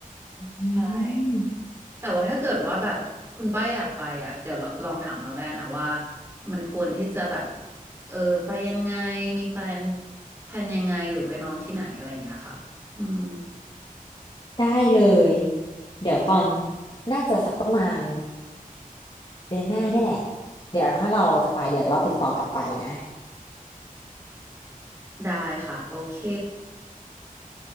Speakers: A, on the left (about 35°); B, on the right (about 15°).
A: อื
B: ใช่
A: ม
B: แต่ว่าถ้าเกิดว่าแบบคุณฝ้ายอยากไปอ่ะเดี๋ยวเราลองถามเราได้นะว่ามันควรที่จะแบบเออไปยังไงมีแพลนแพลนยังไงหรือไปนอนที่ไหนอะไรอย่างเงี้ยค่ะอืม
A: ได้เลยเดี๋ยวตอนน่าจะสักประมาณเดือนหน้าเนี่ยแหละเดี๋ยวถ้าเราจะไปเดี๋ยวเราติดต่อกลับไปนะ
B: ได้ค่ะโอเค